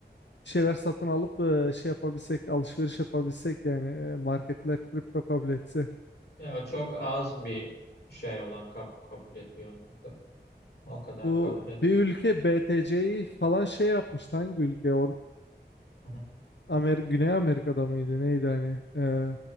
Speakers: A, on the left; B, on the left.
A: bir şeyler satın alıp e, şey yapabilsek, alışveriş yapabilsek yani e, marketler kripto kabul etse.
B: Ya çok az bir şey olan kab- kabul ediyor. onu. O kadar
A: Bu
B: kabul etmiyor.
A: bir ülke BTC'yi falan şey yapmıştı. Hangi ülke? O
B: Hı hı.
A: Amer Güney Amerika'da mıydı? Neydi hani? E,